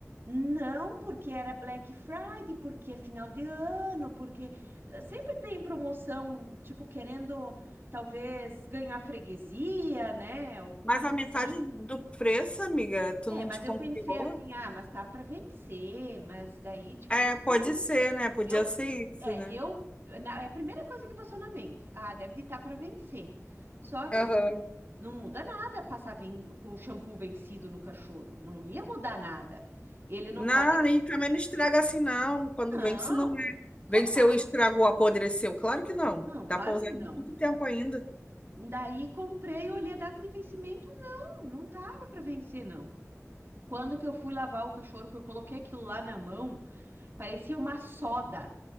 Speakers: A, on the right; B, on the left.
A: Não, porque era Black Friday, porque é final de ano, porque eh, sempre tem promoção, tipo querendo talvez ganhar freguesia, né? Alguma
B: Mas
A: coisa
B: a metade
A: assim.
B: do preço, amiga, tu
A: É,
B: não
A: mas
B: desconfiou?
A: eu pensei assim, ah, mas tá para vencer, mas daí, tipo,
B: É,
A: mesmo
B: pode
A: que
B: ser, né? Podia
A: Eu,
B: ser isso,
A: é,
B: né?
A: eu, na- é a primeira coisa que passou na mente, ah, deve estar para vencer. Só que
B: Aham.
A: assim, não muda nada passar ven- com o shampoo vencido no cachorro, não ia mudar nada. Ele
B: Não,
A: não pode,
B: e também não estraga assim, não. Quando
A: não,
B: vende, se não é.
A: capaz.
B: Vende se eu estragou, apodreceu. Claro que não.
A: Não, claro
B: Dá para usar
A: que não.
B: muito tempo ainda.
A: Daí comprei, olhei a data de vencimento, não, não tava para vencer não. Quando que eu fui lavar o cachorro, que eu coloquei aquilo lá na mão Parecia uma soda.